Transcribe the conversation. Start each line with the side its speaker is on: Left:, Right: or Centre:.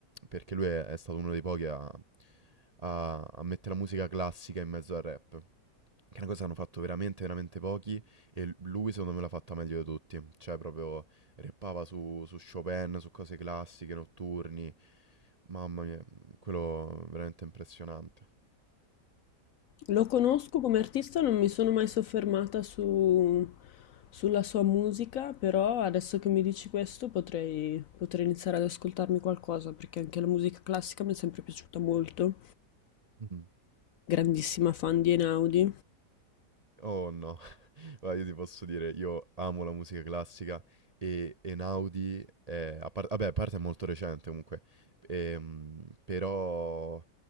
Right: perché lui è, è stato uno dei pochi a, a- a mettere la musica classica in mezzo al rap. Che è una cosa che hanno fatto veramente, veramente pochi. E l- lui, secondo me, l'ha fatta meglio di tutti. Cioè, proprio rappava su, su Chopin, su cose classiche, notturni. Mamma mia, quello veramente impressionante.
Left: Lo conosco come artista, non mi sono mai soffermata su- sulla sua musica, però adesso che mi dici questo potrei, potrei iniziare ad ascoltarmi qualcosa, perché anche la musica classica mi è sempre piaciuta molto.
Right: Mm.
Left: Grandissima fan di Einaudi.
Right: Oh no, <laughs> guarda, io ti posso dire, io amo la musica classica e Einaudi è, a par- vabbè, a parte è molto recente comunque, ehm, però